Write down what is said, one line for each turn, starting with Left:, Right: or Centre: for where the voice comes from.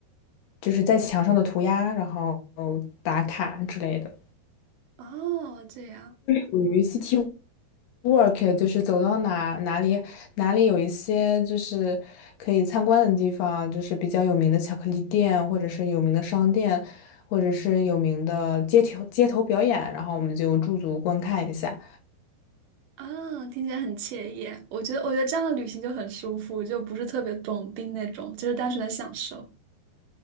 Left: 就是在墙上的涂鸦，然后打卡之类的。
Right: <laughs> 哦，这样
Left: 属于 city walk，就是走到哪哪里哪里有一些就是可以参观的地方，就是比较有名的巧克力店，或者是有名的商店，或者是有名的街头街头表演，然后我们就驻足观看一下。
Right: 啊，听起来很惬意啊。我觉得，我觉得这样的旅行就很舒服，就不是特别短兵那种，就是单纯的享受。